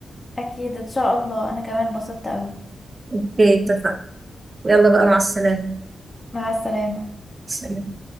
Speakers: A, on the left; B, on the right.
A: اكيد ان شاء الله انا كمان اتبسطت قوي
B: اوكي اتفقنا يلا بقى مع السلامة
A: مع السلامة
B: سلام.